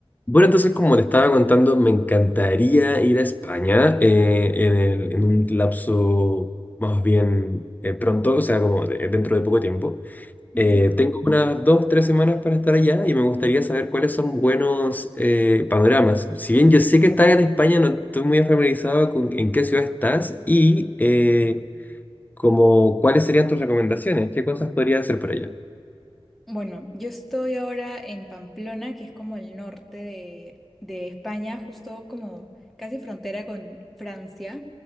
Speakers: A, on the left (about 15°); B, in the centre.
A: Bueno, entonces, como te estaba contando, me encantaría ir a España eh, en el- en un lapso más bien eh, pronto, o sea, como de- dentro de poco tiempo.
B: Ujú.
A: Eh, tengo unas dos, tres semanas para estar allá y me gustaría saber cuáles son buenos eh, panoramas. Si bien yo sé que estás en España, no estoy muy familiarizado con en qué ciudad estás y eh, como cuáles serían tus recomendaciones, qué cosas podría hacer por allá.
B: Bueno, yo estoy ahora en Pamplona, que es como el norte de, de España, justo como casi frontera con Francia.